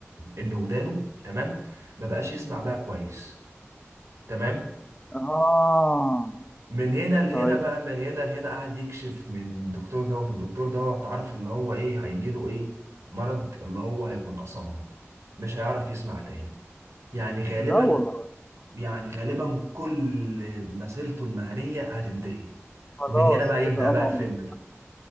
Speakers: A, on the right; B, on the left.
A: ان ودانه تمام مبقاش يسمع بقى كويس تمام
B: اه
A: من هنا لهنا
B: طيب
A: بقى من هنا لهنا قاعد يكشف من الدكتور دوت والدكتور دوت عارف اللي هو ايه هيجيله ايه مرض اللي هو هيكون أصم مش هيعرف يسمع تاني يعني غالبا
B: لا والله
A: يعني غالبا كل مسيرته المهنية هتنتهي
B: خلاص
A: ومن هنا بقى يبدأ
B: كده
A: بقى
B: انا
A: الفيلم بقى